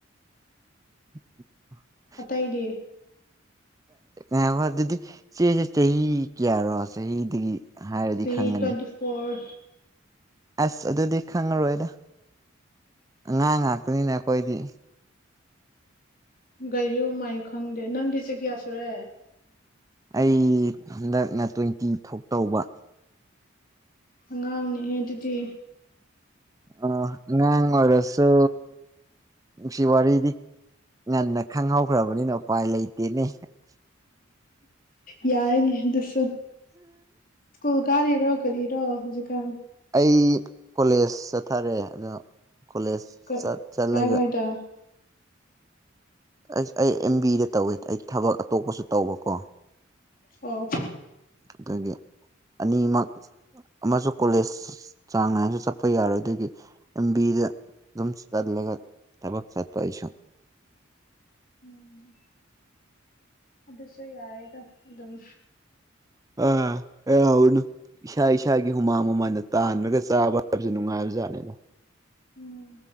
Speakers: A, on the right (about 15°); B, on the left (about 45°).
A: <unintelligible>
B: ꯑꯇꯩꯗꯤ
A: ꯉꯥꯏꯈꯣ ꯑꯗꯨꯗꯤ ꯏꯆꯩꯁꯦ ꯆꯍꯤ ꯀꯌꯥꯔꯣ ꯆꯍꯤꯗꯒꯤ ꯍꯥꯏꯔꯗꯤ
B: ꯆꯍꯤ
A: ꯈꯪꯒꯅꯤ
B: ꯇ꯭ꯋꯦꯟꯇꯤ ꯐꯣꯔ
A: ꯑꯁ ꯑꯗꯨꯗꯤ ꯈꯪꯉꯔꯣꯏꯗ ꯑꯉꯥꯡ ꯉꯥꯛꯇꯅꯤꯅ ꯑꯩꯈꯣꯏꯗꯤ
B: ꯒꯥꯔꯨꯃꯩ ꯈꯪꯗꯦ ꯅꯪꯗꯤ ꯆꯍꯤ ꯀꯌꯥ ꯁꯨꯔꯦ
A: ꯑꯩ ꯍꯟꯗꯛꯅ ꯇ꯭ꯋꯦꯟꯇꯤ ꯊꯣꯛ ꯇꯧꯕ
B: ꯑꯉꯥꯡꯅꯤꯍꯦ ꯑꯗꯨꯗꯤ
A: ꯑꯥ ꯑꯉꯥꯡ ꯑꯣꯏꯔꯁꯨ ꯅꯨꯡꯁꯤ ꯋꯥꯔꯤꯗꯤ ꯉꯟꯅ ꯈꯪꯍꯧꯈ꯭ꯔꯕꯅꯤꯅ ꯎꯄꯥꯏ ꯂꯩꯇꯦꯅꯦ
B: ꯌꯥꯔꯅꯤ ꯑꯗꯨꯁꯨ ꯁꯀꯨꯜ ꯀꯥꯔꯤ ꯔꯣ ꯀꯔꯤꯔꯣ ꯍꯧꯖꯤꯛꯀꯥꯟ
A: ꯑꯩ ꯀꯣꯂꯦꯖ ꯆꯠꯊꯔꯦ ꯑꯗꯣ ꯀꯣꯂꯦꯖ
B: ꯀꯥ
A: ꯆꯠ ꯆꯠꯂꯒ
B: ꯀꯥꯏ ꯋꯥꯏꯗ
A: ꯑꯩꯁ ꯑꯩ ꯑꯦꯝ ꯕꯤꯗ ꯇꯧꯋꯦ ꯑꯩ ꯊꯕꯛ ꯑꯇꯣꯞꯄꯁꯨ ꯇꯧꯕꯀꯣ
B: ꯑꯣ
A: ꯑꯗꯒꯤ ꯑꯅꯤꯃꯛ ꯑꯃꯁꯨ ꯀꯣꯂꯦꯖ ꯆꯥꯡ ꯅꯥꯏꯅꯁꯨ ꯆꯠꯄ ꯌꯥꯔꯣꯏ ꯑꯗꯨꯒꯤ ꯑꯦꯝꯕꯤꯗ ꯑꯗꯨꯝ ꯆꯠꯂꯒ ꯊꯕꯛ ꯆꯠꯄ ꯑꯩꯁꯨ
B: ꯎꯝ ꯑꯗꯨꯁꯨ ꯌꯥꯏꯌꯦꯗ ꯑꯗꯨꯝ
A: ꯑꯥ ꯌꯥꯕꯅꯦ ꯏꯁꯥ ꯏꯁꯥꯒꯤ ꯍꯨꯃꯥꯡ ꯃꯃꯥꯡꯗ ꯇꯥꯟꯂꯒ ꯆꯥꯕ ꯍꯥꯏꯕꯁꯨ ꯅꯨꯡꯉꯥꯏꯕ ꯖꯥꯠꯅꯤꯗ
B: ꯎꯝ